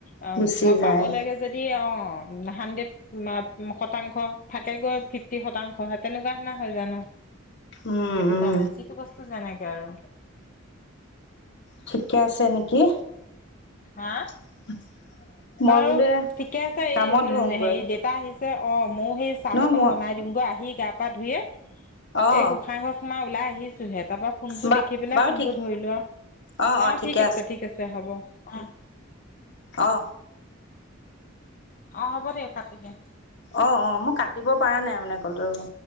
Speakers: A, on the left; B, on the left.
A: অ
B: গুচি
A: 'ধৰ
B: যায়
A: পাব লাগে যদি অ। অহ না হানদ্ৰেট মা মুখত। শতাংশ থাকে গৈ, ফিফটি শতাংশ স তেনেকুৱা সেনা হয় জানো
B: উম
A: সেইটো
B: উম
A: কাৰণে, যিটো বস্তু জেনেই এতিয়া আৰু
B: ঠিকে আছে নেকি?
A: হা?
B: <unintelligible>
A: বাৰু
B: বোলো
A: ঠিকে আছে
B: কামত
A: এই উম
B: ধৰোগৈ
A: হেৰি ডেটা আহিছে তিয়া অফ। মইও সেই, চাহ
B: ন
A: অকন
B: মই
A: বনাই দিম গৈ আহি গা-পা ধুইয়ে
B: অ
A: এই গোঁসাই ঘৰত শুমাও ওলাই আহিছোহে। তাৰপা ফোনটো
B: বা
A: দেখি পেলাই
B: বাৰু
A: ফোনটো
B: ঠিক
A: ধৰি লোৱা,
B: অ
A: অহ
B: অ ঠিকে
A: ঠিক আছে, ঠিক আছে হ'ব অ'।
B: অ
A: অ, হ'বদে কাটি দে।
B: অ', অ মই কাটিব পাৰা নাই মানে কলটো ৰব।